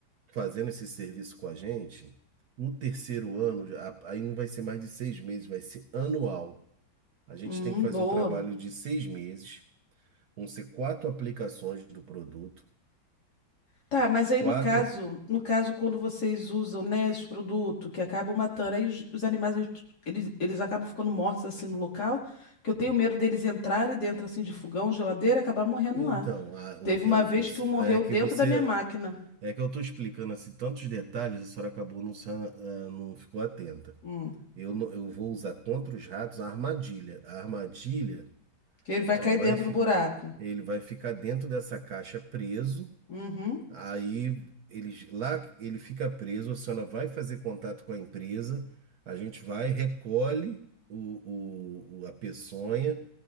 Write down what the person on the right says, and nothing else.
fazendo esse serviço com a gente, no terceiro ano, já- aí não vai ser mais de seis meses, vai ser anual. A gente
tem que fazer
um trabalho de seis meses, vão ser quatro aplicações do produto.
Quatro.
Então,
a-
o que
eu,
você,
é que
você.
É que eu estou explicando assim tantos detalhes, a senhora acabou não, sa- ah, não ficou atenta.
Eu, não- eu vou usar contra os ratos a armadilha. A armadilha,
ela
vai,
fi-
ele vai ficar dentro dessa caixa preso.
Aí eles lá ele fica preso, a senhora vai fazer contato com a empresa, a gente vai, recolhe o, o- o- a peçonha,